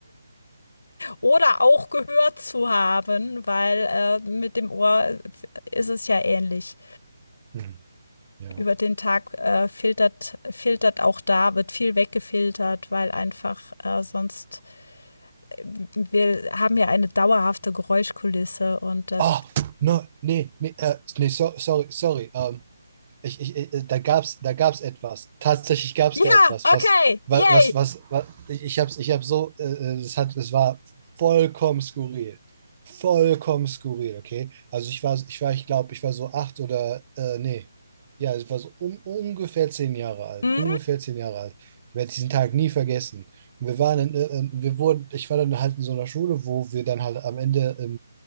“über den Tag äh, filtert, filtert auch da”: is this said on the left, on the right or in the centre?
Left